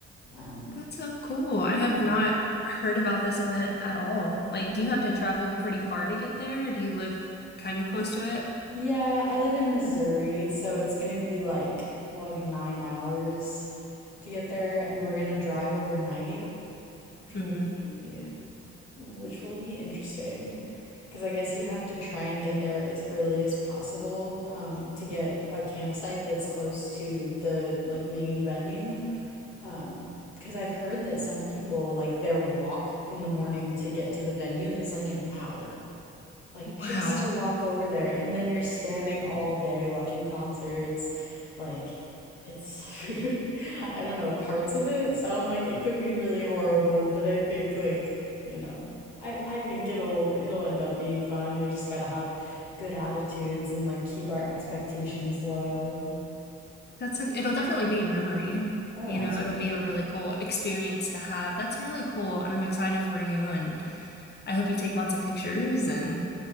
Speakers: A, on the left; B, on the left.
A: Um,
B: That's so cool.
A: yeah.
B: I have not heard about this event at all. Like, do
A: hmm
B: you have to travel pretty far to get there, or do you live kind of close to it?
A: Yeah, I live in Missouri, so it's gonna be like like nine hours to get there, and we're gonna drive overnight, which
B: hmm
A: will be which will be interesting because I guess you have to try and get there as early as possible um, to get a campsite that's close to the like main venue. Um, because I've heard that some people like their walk in the morning to get to the venue is like an hour like
B: Wow.
A: just to walk over there and then you're standing all day watching concerts like it's <laughs> i don't know parts of it sound like it could be really horrible but i think like you know i i think it'll it'll end up being fun we just got to have good attitudes and like keep our expectations low
B: That's a, it'll definitely be a memory.
A: Oh,
B: You
A: absolutely.
B: know, it'll be a really cool experience to have. That's really cool, and I'm excited for you and I hope you take lots of pictures and